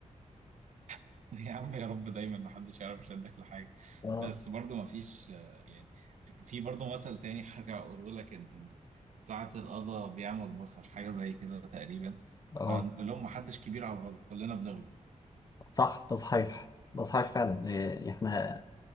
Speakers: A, on the right; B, on the left.
A: <laughs> يا عم يا رب دايما محدش يعرف يشدك لحاجة
B: اه
A: بس برضه مفيش آه، يعني في برضه مثل تاني هرجع أقوله لك إن ساعة القضا بيعمل البصر حاجة زي كده تقريبا
B: اه
A: فاللي هم محدش كبير على الغلط كلنا بنغلط
B: صح ده صحيح ده صحيح فعلا إيه، احنا